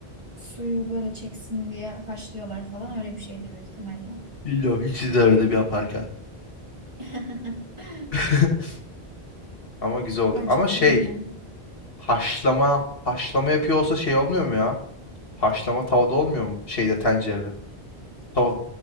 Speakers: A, on the right; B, on the left.
A: suyu böyle çeksin diye haşlıyorlar falan öyle bir şeydir büyük ihtimalle.
B: Bilmiyorum hiç izlemedim yaparken.
A: <laughs>
B: <laughs> Ama güzel oluyor.
A: Acıktım
B: Ama şey
A: yine.
B: Haşlama, haşlama yapıyor olsa şey olmuyor mu ya? Haşlama tavada olmuyor mu? Şeyde tencerede. Tava,